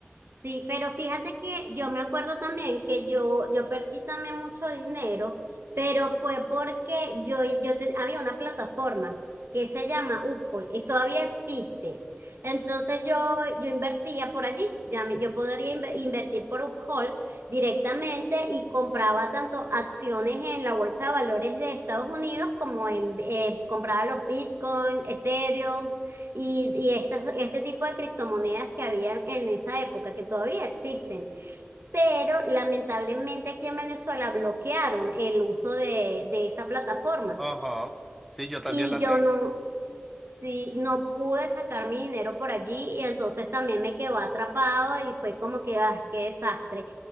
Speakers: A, on the right; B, in the centre.
A: Sí, pero fíjate que yo me acuerdo también que yo, yo perdí también mucho dinero, pero fue porque yo, yo te- había una plataforma que se llama Uphold y todavía existe. Entonces yo, yo invertía por allí, ya me- yo podría inve- invertir por Uphold directamente y compraba tanto acciones en la bolsa de valores de Estados Unidos como en, eh, compraba los Bitcoin, Ethereum y, y estas, este tipo de criptomonedas que había en esa época, que todavía existen, pero lamentablemente aquí en Venezuela bloquearon el uso de, de esa plataforma.
B: Ajá, sí, yo también
A: Y
B: la
A: yo
B: tengo,
A: no, Sí, no pude sacar mi dinero por allí y entonces también me quedó atrapado y fue como que, ah, qué desastre.